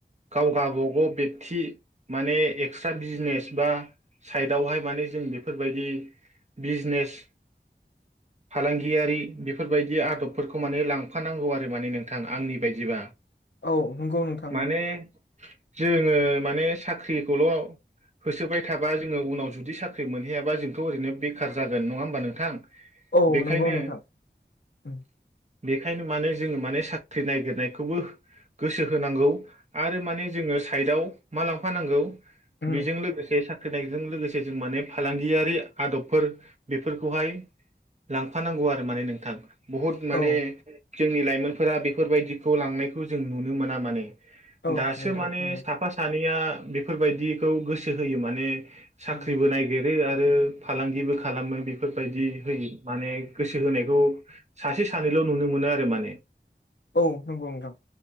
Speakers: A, on the right (about 40°); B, on the left (about 70°).
A: गाव गावाबागाव बेकथि माने एक्सट्रा बिजनेस बा साइडआवहाय माने जों बेफोरबायदि बिजनेस फालांगियारि बेफोरबायदि आदबफोरखौ माने लांफानांगौ आरो माने नोंथां आंनि बायदिबा
B: औ नंगौ नोंथां
A: माने जोङो माने साख्रिखौल' होसोबाय थाबा जोङो उनाव जुदि साख्रि मोनहैयाबा जोंथ' ओरैनो बेखार जागोन नङा होमबा नोंथां
B: औ
A: बेखायनो
B: नंगौ नोंथां उम
A: बेखायनो माने जोङो माने साख्रि ननायागिरनायखौबो गोसो होनांगौ आरो माने जोङो साइडआव मा लांफानांगौ
B: उम
A: बेजों लोगोसे स <unintelligible> नायजों लोगोसे जों माने फालांगियारि आदबफोर बेफोरखौहाय लांफानांगौ आरो माने नोंथां बहुद माने
B: औ
A: जोंनि लाइमोनफोरा बेफोरबायदिखौ लांनायखौ जों नुनो मोना माने
B: औ
A: दासो
B: नोंथां
A: माने
B: नंगौ
A: सा सा सानैया बेफोरबायाददिखौ गोसो होयो माने साख्रिबो
B: उम
A: नाय गिरो आरो फालांगिबो खालामो बेफोरबायदि होयो माने गोसो होनायखौ सासे सानैल नुनो मोनो आरो माने
B: औ नंगौ नोंथां